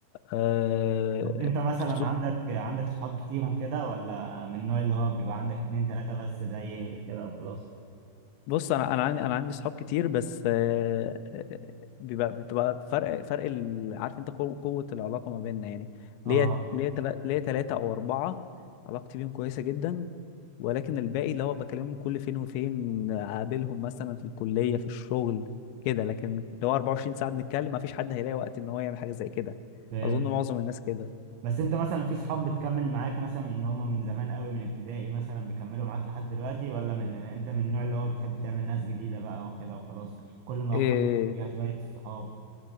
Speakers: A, on the left (about 75°); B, on the right (about 75°).
A: آه
B: طب انت مثلا
A: خصوص
B: عندك عندك صحاب كتير وكده ولا من النوع اللي هو بيبقى عندك اتنين تلاتة بس زي كده وخلاص
A: بص انا انا عندي انا عندي صحاب كتير بس آه، آه، بيبقى بتبقى فرق فرق ال- عارف انت قو- قوه العلاقه ما بيننا يعني ليا
B: اه
A: ليا تلا- ليا ثلاثه او اربعه علاقتي بيهم كويسه جدا ولكن الباقي اللي هو بكلمهم كل فين وفين اقابلهم مثلا في الكليه في الشغل كده لكن لو 24 ساعه بنتكلم ما فيش حد هيلاقي وقت ان هو يعمل حاجه زي كده
B: فاهم
A: اظن معظم الناس كده
B: بس انت مثلا في صحاب بتكمل معاك مثلا من ان هما من زمان قوي من ابتدائي مثلا بيكملوا معاك لحد دلوقتي ولا من انت من النوع اللي هو بتحب تعمل ناس جديدة بقى وكده وخلاص كل مرحلة
A: إيه
B: فيها شوية الصحاب